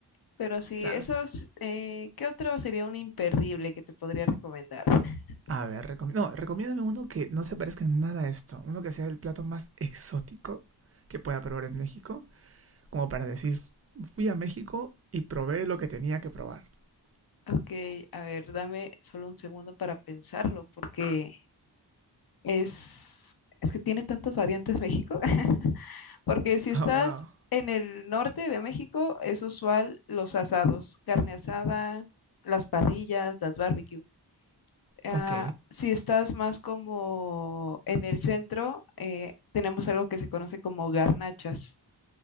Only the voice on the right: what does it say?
Claro.
A ver, recom... no, recomiéndame uno que no se parezca en nada a esto. Uno que sea el plato más exótico que pueda probar en México. Como para decir, fui a México y probé lo que tenía que probar. <laughs>
Oh, wow.
Ok,